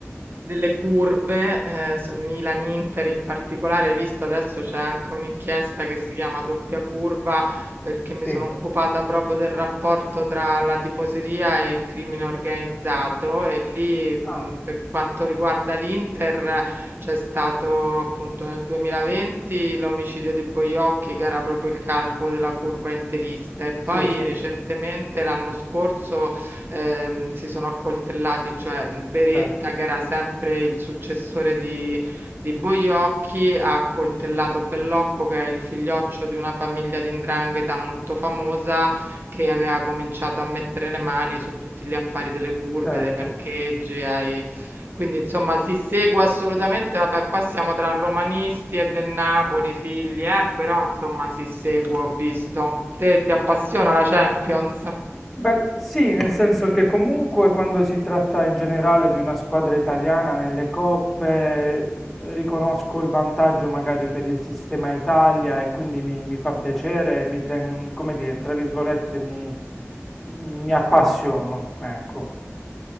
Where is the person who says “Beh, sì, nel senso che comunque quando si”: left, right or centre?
Centre